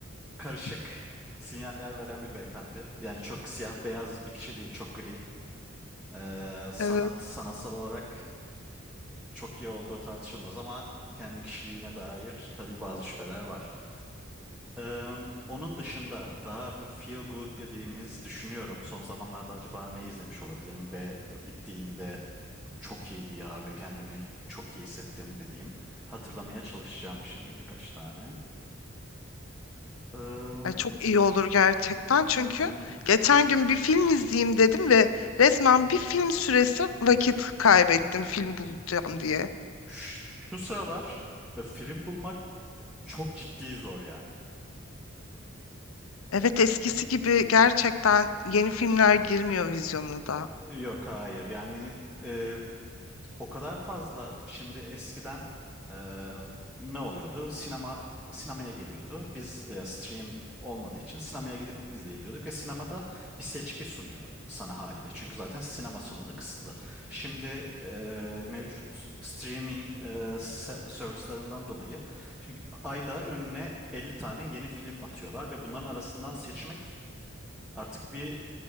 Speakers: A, in the centre; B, on the left.
A: karışık
B: <laughs>
A: sinyaller veren bir beyefendi. Yani çok siyah beyaz bir kişi değil, çok gri. E, sanat
B: Evet.
A: sanatsal olarak çok iyi olduğu tartışılmaz ama kendi kişiliğine dair tabii bazı şüpheler var. Eee, onun dışında daha bu feel good dediğimiz düşünüyorum. Son zamanlarda acaba ne izlemiş olabilirim ve bittiğinde çok iyiydi ya ve kendimi çok iyi hissettim dediğim. Hatırlamaya çalışacağım şimdi birkaç tane. Eee, hı
B: Ay, çok iyi olur gerçekten çünkü
A: hı.
B: geçen gün bir film izleyeyim dedim ve resmen bir film süresi vakit kaybettim film bulacağım diye.
A: Şu, şu sıralar e, film bulmak çok ciddi zor yani.
B: Evet eskisi gibi gerçekten yeni filmler girmiyor vizyona da.
A: E, Yok hayır yani e, o kadar fazla şimdi eskiden e, ne oluyordu? Sinema sinemaya geliyordu. Biz e, stream olmadığı için sinemaya gidip izleyebiliyorduk ve sinemada bir seçki sunuyor sana haliyle. Çünkü zaten sinema salonu kısıtlı. Şimdi e, mevcut streaming e, ser- servislarından dolayı çünkü ayda önüne 50 tane yeni film atıyorlar ve bunların arasından seçmek artık bir